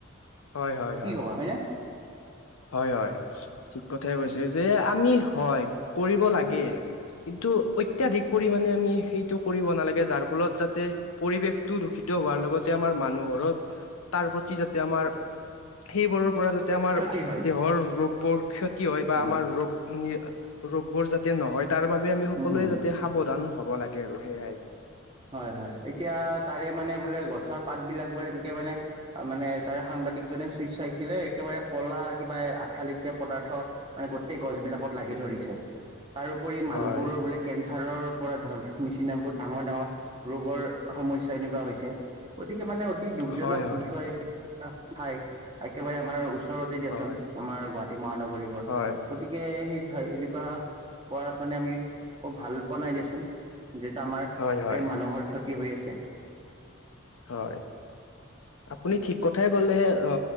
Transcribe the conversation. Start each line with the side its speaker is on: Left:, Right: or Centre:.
Left: হয় হয়
Right: কি
Left: হয়।
Right: ক'বা হয়নে
Left: হয় হয় ঠিক কথাই কৈছে যে আমি হয় কৰিব লাগে। কিন্তু অত্যাধিক পৰিমাণে আমি সেইটো কৰিব নালাগে যাৰ ফলত যাতে। পৰিৱেশটো দূষিত হোৱাৰ লগতে আমাৰ মানুহৰত তাৰ প্ৰতি যাতে আমাৰ। সেইবোৰৰ পৰা যাতে আমাৰ
Right: ক্ষতি হয়
Left: দেহৰ ৰোগবোৰ ক্ষতি হয় বা
Right: উম,
Left: আমাৰ। ৰোগ ৰোগবোৰ যাতে নহয় তাৰ বাবে আমি সকলোৱে
Right: উম, উম।
Left: যাতে। সাৱধান হ'ব লাগে আৰু সেয়াই।
Right: হয় হয় এতিয়া তাৰে মানে বোলে গছৰ পাত বিলাক বো এনেকে মানে। মানে তাৰে সাংবাদিকজনে চুই চাইছিলে একেবাৰে ক'লা কিবা আঠালেকীয়া পদাৰ্থ। মানে গোটেই গছ বিলাকত লাগি ধৰিছে। তাৰওপৰি মানুহবোৰৰ
Left: হয়
Right: বোলে কেঞ্চাৰৰ পৰা ধৰ নিচিনাবোৰ ডাঙৰ ডাঙৰ। ৰোগৰ সমস্যা এনেকুৱা হৈছে গতিকে মানে অতি দুখজনক
Left: হয়
Right: বিষয়। হয় একেবাৰে আমাৰ ওচৰ, ওচৰতে দিয়াচোন
Left: হয় হয়
Right: আমাৰ গুৱাহাটী মহানগৰীৰ পৰা
Left: হয়
Right: গতিকে সেই এনেকুৱা। কৰাত মানে আমি ভাল পোৱা নাই দিয়াচোন যিহেতু আমাৰ।
Left: হয় হয়
Right: ৰে মানুহৰ ক্ষতি হৈ আছে।
Left: হয় আপুনি ঠিক কথাই কলে অ,